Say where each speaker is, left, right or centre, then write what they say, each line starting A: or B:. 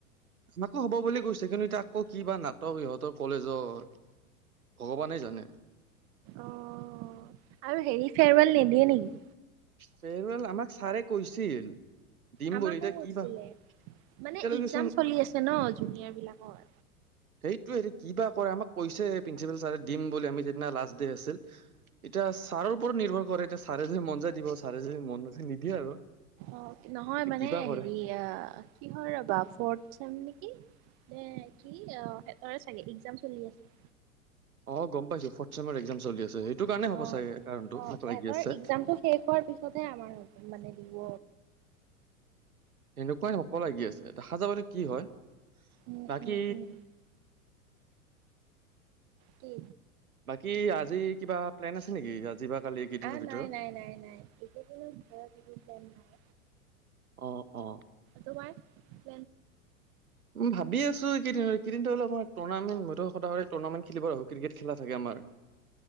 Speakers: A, on the right; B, on the right.
A: আমাকো হব বুলি কৈছে আকৌ কিবা নাটক ইহঁতৰ কলেজৰ ভগৱানে জানে
B: অ আৰু হেৰি ফেৰৱেল নিদি য়ে নেকি?
A: ফেৰৱেল আমাক ছাৰে কৈছিল দিম
B: আমাকো
A: বুলি এতিয়া
B: কৈছিল,
A: কি বা
B: মানে
A: এতিয়ালৈকেচোন
B: এক্জাম চলি আছে ন জুনিয়ৰ বিলাকৰ।
A: সেইটো সেইটো কি বা কৰে আমাক কৈছে প্ৰিঞ্চিপাল ছাৰে দিম বুলি আমি যিদিনা লাষ্ট ডে‌ আছিল, এতিয়া ছাৰৰ ওপৰত নিৰ্ভৰ কৰে এতিয়া ছাৰে যী মন যায় দিব ছাৰে যী মন নাযায় নিদিয়ে আৰু।
B: অ নহয়
A: এ
B: মানে
A: কিবা কৰে
B: হেৰি আহ কি হয় ৰবা ফৌৰ্থ চেম নকি নে কি অ হয় চাগে এক্জাম চলি আছে।
A: অ গম পাইছো ফৌৰ্থ চেমাৰ একজাম চলি আছে সেইটো কাৰণে হ'ব
B: অ
A: চাগে কাৰণটো
B: অ
A: মোক
B: ইহঁতৰ
A: লাগি আছে।
B: এক্জামটো শেষ হোৱাৰ পিছতহে আমাৰ মানে দিব।
A: সেনেকুৱাই হব লাগি আছে দেখা যাব এতিয়া কি হয়।
B: উম
A: বাকী
B: উম উম। কি?
A: বাকী আজি কিবা প্লেন আছে নেকি আজি বা কালি এইকেইদিনৰ
B: আহ
A: ভিতৰত?
B: নাই নাই নাই নাই এইকেইদিনত ঘৰত একো প্লেন নাই
A: অ অ
B: তোমাৰ <unintelligible>
A: ভাবি আছো এইকেইদিন এইকেইদিনটো অলপমান টৰ্নামেন্ট সদৌ টনামেন্ট খেলিব আহো ক্ৰিকেট খেলা থাকে আমাৰ